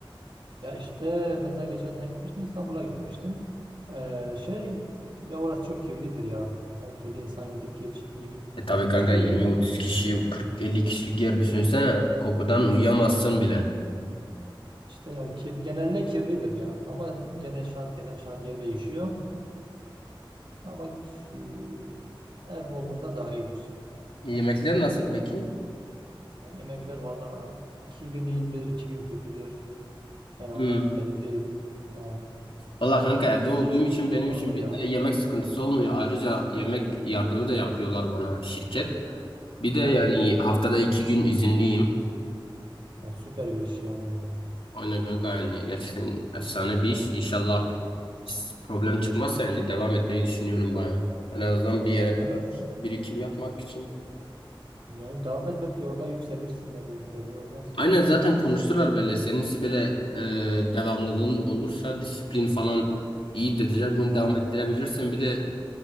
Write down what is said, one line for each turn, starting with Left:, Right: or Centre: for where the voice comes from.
Right: ya işte mesela geçen sene gitmiştim İstanbul'a gitmiştim. Eee, şey ya orası çok kirlidir ya. Her türlü insan gidip geç gidip
Left: E tabii kanka
Right: çıkıyor
Left: 20-30
Right: ya.
Left: kişi 40-50 kişilik yer düşünsene kokudan uyuyamazsın bile.
Right: İşte ya kir, genelde kirlidir ya. Ama gene şantiyeden şantiyeye değişiyor. Ama eee, ev olduğunda daha iyidir.
Left: Yemekler nasıl peki?
Right: Yemekler vallahi iki gün iyidir, iki gün kötüdür. Yani onlar
Left: Hmm.
Right: belli değil. He,
Left: Valla kanka evde olduğum için benim
Right: zordur
Left: için bir
Right: ya.
Left: e, yemek sıkıntısı olmuyor. Ayrıca yemek yardımı da yapıyorlar bana şirket. Bir de
Right: He.
Left: yani haftada iki gün izinliyim.
Right: Ya süper bir iş ya bence.
Left: Aynen kanka yani gerçekten efsane bir iş. İnşallah biz problem
Right: Hmm.
Left: çıkmazsa yani devam etmeyi düşünüyorum bayağı. En azından bir yere
Right: Yani
Left: kadar birikim yapmak için.
Right: yani devam et belki orada yükselirsin de belki belli olmaz.
Left: Aynen
Right: Bilmiyorum
Left: zaten
Right: ki.
Left: konuştular böyle. Seninkisi böyle e, devamlılığın olursa disiplin falan iyi dediler. Bunu
Right: Ha.
Left: devam ettirebilirsen bir de